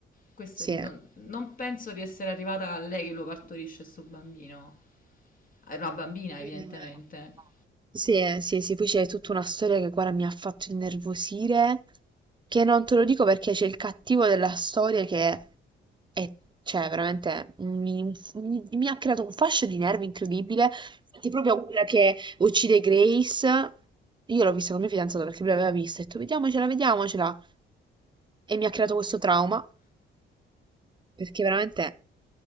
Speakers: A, on the left; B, on the right.
A: Questo
B: Sì.
A: è- non, non penso di essere arrivata a lei che lo partorisce sto bambino. Era una bambina, evidentemente.
B: Eh, Sì, eh, sì, sì, poi c'è tutta una storia che guarda mi ha fatto innervosire, che non te lo dico perché c'è il cattivo della storia che è, cioè, veramente mi, mi- mi ha creato un fascio di nervi incredibile. Infatti, proprio quella che uccide Grace, io l'ho vista con mio fidanzato perché lui l'aveva vista, e ho detto vediamocela, vediamocela, e mi ha creato questo trauma. Perché veramente